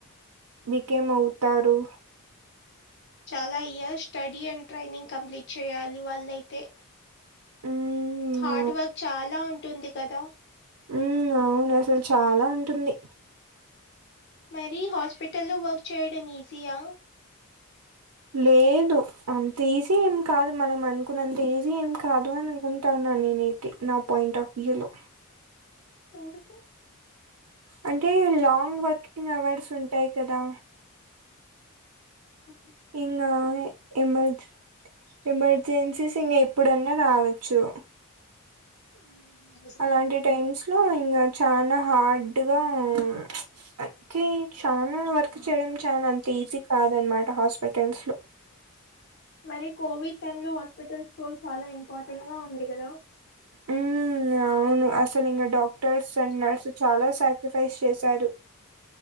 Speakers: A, on the right; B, on the left.
A: బికేం అవుతారు
B: చాలా years study and training complete చేయాలి వాళ్ళయితే
A: మ్మ్
B: హార్డ్ వర్క్ చాలా ఉంటుంది కదా
A: ఉ అవును అసలు చాలా ఉంటుంది
B: మరి హాస్పిటల్లో వర్క్ చేయడం ఈజియా
A: లేదు అంత ఈజీ ఏం కాదు మనం అనుకున్నంత ఈజీ ఏం కాదు అని అనుకుంటాన్నా నేను నా పాయింట్ ఆఫ్ వ్యూ లో
B: ఎందుకు
A: అంటే లాంగ్ వర్కింగ్ అవర్స్ ఉంటాయి కదా
B: అ
A: ఇంగ ఎమర్జ్ ఎమర్జెన్సీస్ ఇంక ఎప్పుడన్నా రావచ్చు
B: మ్మ్, నిజమే.
A: అలాంటి టైమ్స్ లో ఇంకా చానా హార్డ్గాకే చాలా వర్క్ చేయడం చాలా అంత ఈజీ కాదనమాట హాస్పిటల్స్ లో
B: మరి కోవిడ్ టైమ్ లో హాస్పిటల్స్ రోల్ చాలా ఇంపార్టెంట్ గా ఉంది కదా
A: ఉ అవును అసలు ఇంకా డాక్టర్స్ అండ్ నర్స్ చాలా సాక్రిఫైస్ చేశారు